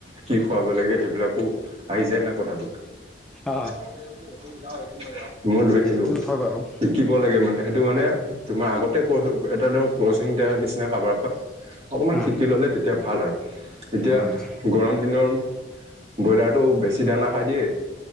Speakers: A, on the right; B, in the centre.
A: কি খুৱাব লাগে সেইবিলাকো আহি যায় না কথাটো।
B: অ'
A: <inaudible> মই ধৰি
B: সেইটো
A: আহিলোঁ,
B: হয় বাৰু
A: শিকিব লাগে মানে সেইটো মানে তোমাৰ আগতে ক এটা ধৰক ক্ৰ'চিং দিয়াৰ নিচিনা কাবাৰ পৰা অকমান
B: অ'
A: শিকি ল'লে তেতিয়া ভাল আৰু, এতিয়া
B: অ'
A: গৰম দিনৰ ব্ৰইলাৰটো বেছি দানা খাই দিয়ে।